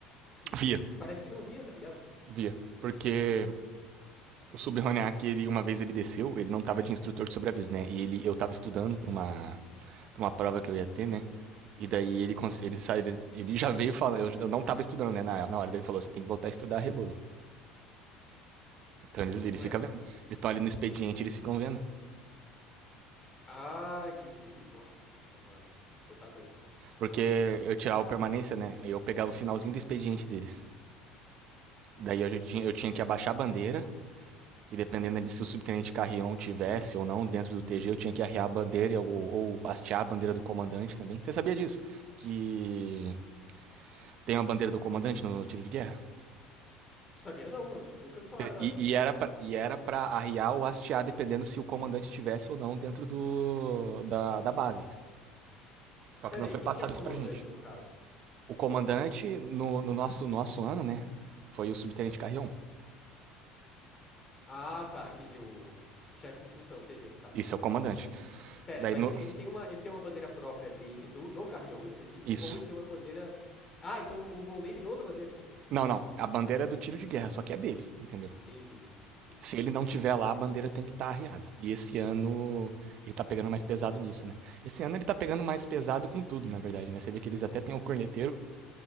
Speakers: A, on the left (about 20°); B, on the right (about 45°).
A: se
B: Via,
A: parece que não via, tá ligado?
B: via. Porque o Subhoniak, ele, uma vez ele desceu, ele não tava de instrutor de sobreaviso, né? E ele, eu tava estudando pra uma, pra uma prova que eu ia ter, né? E daí ele, ele, ele, ele já veio falando, eu, eu não tava estudando, né? Na, na hora daí ele falou, você tem que voltar a estudar rebolo. Então eles, eles
A: Ué,
B: ficam vendo. Eles estão ali no expediente, eles ficam vendo.
A: ah, entendi. Nossa, mano, você tá doido.
B: Porque
A: É,
B: eu tirava o permanência, né? Eu pegava o finalzinho do expediente deles.
A: hum.
B: Daí eu, já tinha, eu tinha que abaixar a bandeira, E dependendo de se o subtenente Carrião tivesse ou não dentro do TG, eu tinha que arriar a bandeira ou, ou hastear a bandeira do comandante também. Você sabia disso? Que tem uma bandeira do comandante no tiro de guerra?
A: Sabia não, mano. Nunca me falaram nada
B: E,
A: disso.
B: e era pra, e era pra arriar ou hastear dependendo se o comandante tivesse ou não dentro do, da, da base. Só
A: Pera
B: que não
A: aí,
B: foi
A: quem
B: passado
A: que é o comandante,
B: isso pra gente.
A: no caso?
B: O comandante, no, no nosso, nosso ano, né? Foi o subtenente Carrion.
A: Ah, tá, entendi. O chefe de instrução, TG, no caso.
B: Isso é o comandante.
A: Pera,
B: Daí
A: mas
B: no.
A: ele, ele tem uma, ele tem uma bandeira própria dele, do, do Carrion em específico,
B: Isso.
A: ou ele tem uma bandeira. Ah, então o Volney tem outra bandeira.
B: Não, não. A bandeira é do tiro de guerra, só que é dele, entendeu?
A: Entendi, entendi.
B: Se ele não tiver lá, a bandeira tem que estar arriada. E esse ano ele tá pegando mais pesado nisso, né? Esse ano ele tá pegando mais pesado com tudo, na verdade, né? Você vê que eles até têm o corneteiro.